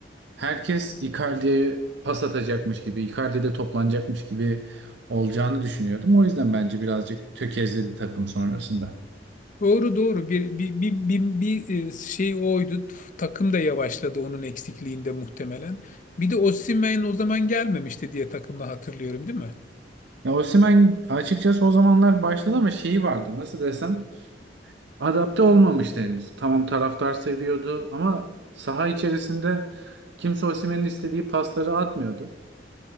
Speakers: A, on the right; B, on the left.
A: herkes Icardi'ye pas atacakmış gibi, Icardi'de toplanacakmış gibi olacağını düşünüyordum. O yüzden bence birazcık tökezledi takım sonrasında.
B: Doğru doğru bir bir bir bir, bir e, şey oydu. Takım da yavaşladı onun eksikliğinde muhtemelen. Bir de Osimhen o zaman gelmemişti diye takımı hatırlıyorum değil mi?
A: Ya Osimhen açıkçası o zamanlar başladı ama şeyi vardı nasıl desem adapte olmamıştı henüz. Tamam taraftar seviyordu ama saha içerisinde kimse Osimhen'in istediği pasları atmıyordu.